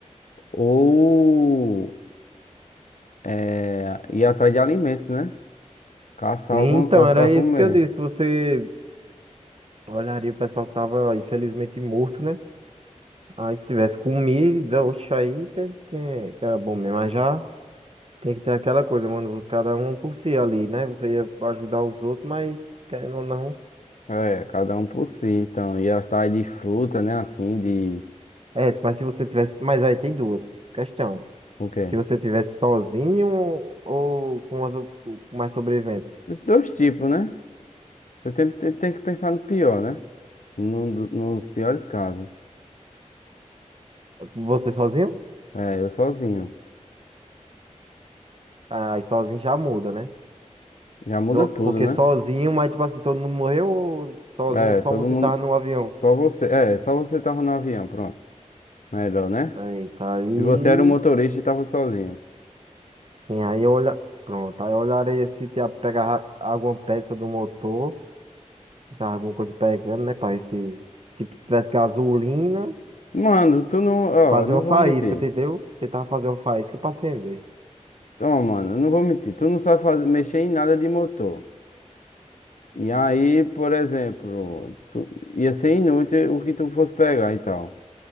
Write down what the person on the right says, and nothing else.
Então,
era
isso que eu disse. Você olharia o pessoal que tava infelizmente morto, né? Aí se tivesse comida, oxe, aí que, é, que, é, que era bom mesmo. Mas já tem que ter aquela coisa, mano. Cada um por si ali, né? Você ia ajudar os outros, mas querendo ou não.
É, mas se você tivesse. Mas aí tem duas questões.
Se você tivesse sozinho ou com as, ou- com mais sobreviventes.
Você sozinho?
Aí sozinho já muda, né?
So-
Porque
sozinho, mas tipo assim, todo mundo morreu ou sozinho,
só
você
tava no avião?
Eita, aí.
Sim, aí eu olha. Pronto, aí eu olharei se tinha pegar alguma peça do motor, se tava alguma coisa pegando, né? Pra ver se. Tipo, se tivesse gasolina,
fazer
uma
faísca,
entendeu? Tentar fazer uma faísca pra acender.